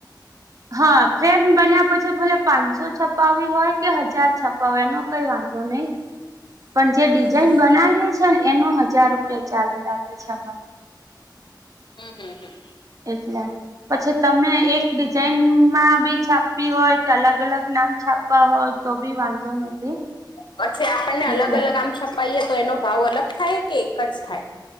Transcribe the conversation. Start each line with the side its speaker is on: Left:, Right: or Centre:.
Right: હા ફ્રેમ બન્યા પછી ભલે પાંચસો છપાવી હોય કે હજાર છપાવાય એનો કઈ વાંધો નહી.
Left: <inaudible>
Right: પણ જે ડિઝાઇન
Left: હમ હમ
Right: બનાવીએ છે ને એનો હજાર રૂપિયા ચાર્જ લાગે છે અમારે.
Left: હમ્મ હમ્મ હમ્મ
Right: એટલે પછી તમને એક ડિઝાઇનમાં બી છાપ વી હોય કે અલગ અલગ નામ છાપવા હોય તો બી વાંધો નથી.
Left: પછી આપણને અલગ
Right: એટલે
Left: અલગ આમ છપાઈએ તો એનો ભાવ અલગ થાય કે એક જ થાય?